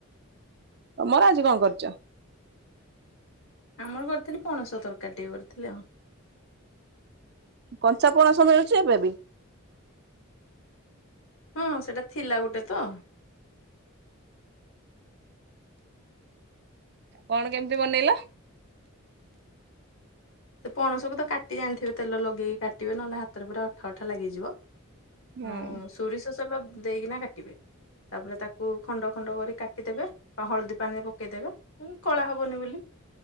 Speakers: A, on the right (about 50°); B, on the left (about 70°).
A: ତମର ଆଜି କଣ କରିଚ।
B: ଆମର କରିଥିଲି ପଣସ ତରକାରୀ ଟିକେ କରିଥିଲେ ଆଉ।
A: କଞ୍ଚାପଣସ ମିଳୁଛି ଏବେ ବି?
B: ହଁ ସେଇଟା ଥିଲା ଗୋଟେ ତ।
A: କଣ କେମିତି ବନେଇଲ।
B: ସେ ପଣସକୁ ତ କାଟି ଜାଣିଥିବେ ତେଲ ଲଗେଇକି କାଟିବେ ନହେଲେ ହାତରେ ପୁରା ଅଠା, ଅଠା ଲାଗିଯିବ।
A: ହୁଁ।
B: ହଁ ସୋରିଷ ସଲ ଦଦେଇକିନା କାଟିବେ ତାପରେ ତାକୁ ଖଣ୍ଡ ଖଣ୍ଡ କରି କାଟିଦେବେ ବା ହଳଦୀ ପାଣିରେ ପକେଇଦେବେ ଉଁ କଳା ହବନି ବୋଲି